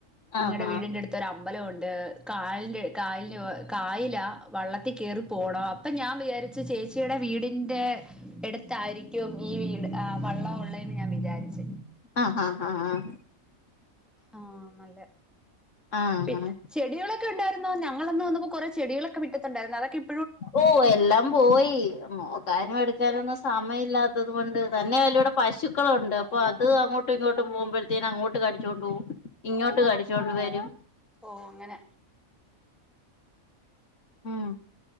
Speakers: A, in the centre; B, on the left.
A: നിങ്ങളടെ
B: ആഹ്
A: വീടിന്റെ അടുത്ത്ഒരു അമ്പലണ്ട്. കാൽന്റെ കായ്ല് കായിലാ വള്ളത്തി കേറി പോണം അപ്പൊ ഞാൻ വിചാരിച്ചു ചേച്ചീടെ വീടി ന്റെ എടുത്താരിക്കും ഈ വീട് ആ വള്ളം ഓള്ളേന്ന് ഞാൻ വിചാരിച്ചു.
B: ആഹ് ആഹ് ആഹ് ആഹ്
A: ആഹ് നല്ല
B: ആഹ്
A: പിന്നെ
B: ആഹ്
A: ചെട്യളൊക്കെ ഒണ്ടാരുന്നോ ഞങ്ങളന്ന് വന്നപ്പോ കൊറേ ച് ടികളൊക്കെ മിറ്റത്തുണ്ടായിരുന്നു അതൊക്കെ ഇ
B: ഓ എല്ലാം പോയി നോക്കാനും എടിക് കാനൊന്നും സമയല്ലാത്തത് കൊണ്ട് തന്നേവല്ല ഇവിടെ പശുക്കളൊണ്ട് അപ്പൊ അത് അങ്ങോട്ടും ഇങ്ങോട്ടും പോമ്പഴ്ത്തേ നങ്ങോട്ട് കടിച്ചുണ്ടോവും ഇങ്ങോട്ട് കടിച്ചോണ്ട് വരും.
A: ഓ അങ്ങനെ.
B: ഉം